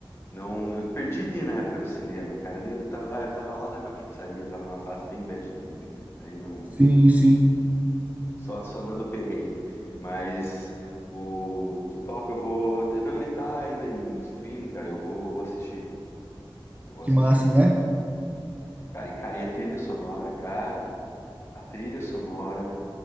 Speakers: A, on the left (about 25°); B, on the right (about 15°).
A: Não, eu perdi de ir na época no cinema, cara. Eu tava, eu tava lá na com a pizzaria, tava numa fase bem bad trip, cara. Aí não,
B: Sim, sim.
A: só só dando perrengue. Mas o que top eu vou, não, ele tá ainda em streaming, cara. Eu vou, vou assistir. Eu vou
B: Que
A: assistir,
B: massa,
A: cara.
B: né?
A: Cara, e, cara, e a trilha sonora, cara, a trilha sonora